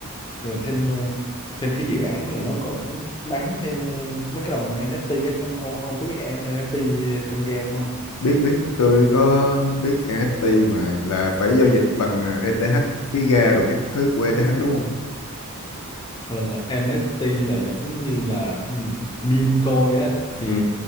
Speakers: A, on the left; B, on the left.
A: rồi thêm ờ, thêm cái dự án này nó còn bán thêm ờ, mấy cái đồng NFT á ông, ông ông có biết NFT trong game không
B: biết biết tôi có biết NFT mà là phải giao dịch bằng ETH phí gas đồ các thứ của ETH đúng không?
A: Ờ, NFT là giống như là ừ, meme coin á thì
B: Ừ.